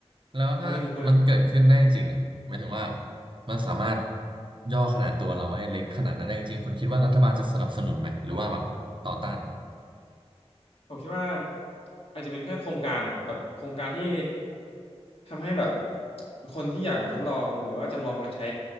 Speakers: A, on the right; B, on the left.
A: แล้วถ้ามันเกิดขึ้นได้จริงๆอ่ะหมายถึงว่า
B: อันในมุมคุณอ่ะ
A: มันสามารถย่อขนาดตัวเราให้เล็กขนาดนั้นได้จริงๆคุณคิดว่ารัฐบาลจะสนับสนุนไหมหรือว่าแบบต่อต้าน
B: ผมคิดว่าอาจจะเป็นแค่โครงการอ่ะแบบโครงการที่ทำให้แบบคนที่อยากมาทดลองหรือว่าจำลองการใช้